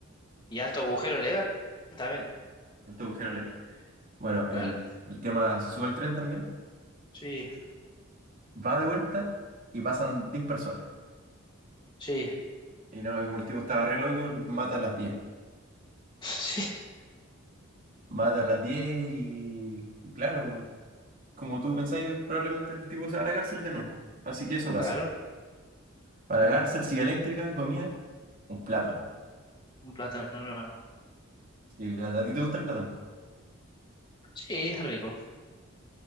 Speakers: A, on the left (about 20°); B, on the right (about 40°).
A: Y alto agujero legal también.
B: <laughs> el te agujero leer. Bueno, el,
A: Claro.
B: el tema se sube al tren también,
A: Sí,
B: va de vuelta y pasan 10 personas
A: sí. <laughs>
B: y no, y como el tipo estaba re loco, mata a las 10,
A: Sí,
B: mata a las 10 y, y claro, como tú pensáis, probablemente el tipo se va a la cárcel de nuevo, así que eso pasa.
A: claro.
B: Para la cárcel silla eléctrica comía un plátano.
A: Un plátano nuevo.
B: Y a a ti te gusta el plátano.
A: Sí, es rico.